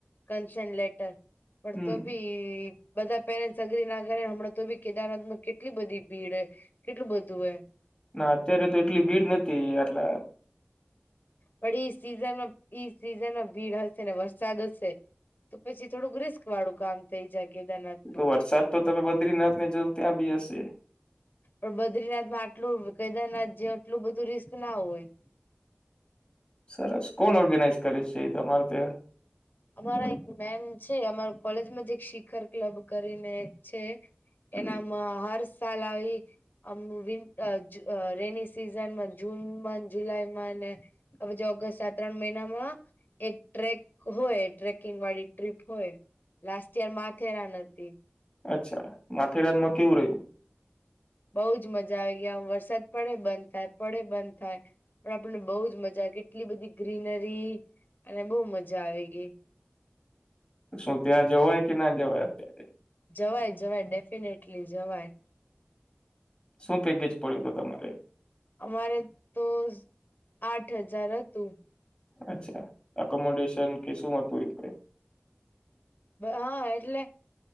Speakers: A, on the left; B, on the left.
A: કન્સનલેટર પણતો
B: હમ
A: ભી બધા પેરેન્ટ સગરી ના કર હમણાં તો બી કેદારનાથ માં કેટલી બધી ભીડ હ કેટલું બધું હૈ
B: ના અત્યારે તો એટલી ભીડ નથી એટલે
A: પણ ઈ સીઝનમાં ઈ સિઝનમાં ભીડ હશે ને વરસાદ હશે તો પછી થોડુંક રિસ્ક વાળું કામ થઈ જાય કેદારનાથ માં
B: તો વરસાદ તો તમે બદ્રીનાથ ને જ ત્યાં બી હશે
A: પણ બદ્રીનાથ માં આટલું કેદારનાથ જેટલું બધું રિસ્ક ના હોય
B: સરસ કોણ ઓર્ગેનાઈઝ કરે છે એ તમારે ત્યા
A: અમારા એક મેમ છે અમાર કોલેજ માંજ એક શિખર ક્લબ કરીને એક છે
B: હમ.
A: એનામાં હાર સાલ આવી આમ વિન <unintelligible> રેની સિઝનમાં જૂનમાં જુલાઈમાં અને અવેજ ઓગસ્ટ આ ત્રણ મહિનામાં એક ટ્રેક હોય ટ્રેકિંગ વાળી ટ્રીપ હોય લાસ્ટ યર માંથેરાન હતી
B: અચ્છા માથેરાનમાં કેવું રહ્યું
A: બઉ જ મજા આવી ગયા વરસાદ પડે બંધ થાય પડે બંધ થાય પણ આપણને બહુ જ મજા આવે, કેટલી બધી ગ્રીનરી અને બહુ મજા આવી ગઈ.
B: શું ત્યાં જવાય કે, ના જવાય અત્યારે.
A: જવાય, જવાય, ડેફિનેટલી જવાય.
B: શું પેકેજ પડ્યો હતો, તમારે?
A: અમારે તો, આઠ હજાર હતું.
B: અચ્છા, અકોમોડેશન કે શું હતું એ કઈ?
A: હા, એટલે